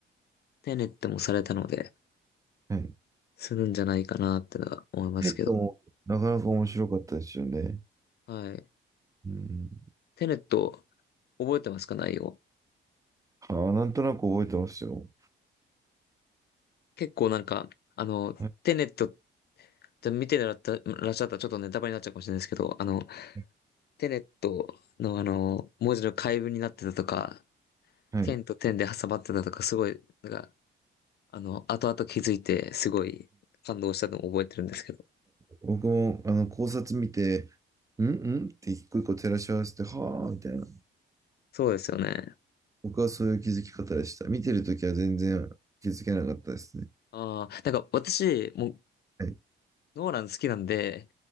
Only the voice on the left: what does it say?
テネットもされたので、
するんじゃないかなってのは思いますけど。
はい。
テネット、覚えてますか内容。
結構なんか、あの、
テネットって見てらっしゃったらっしゃったらちょっとネタバレになっちゃうかもしれないですけど、あの、
テネットのあの、文字の解文になってたとか、
点と点で挟まってたとか、すごい、なんか、あの、後々気づいて、すごい感動したのを覚えてるんですけど。
そうですよね。
ああ、なんか私、もう、
ノーラン好きなんで、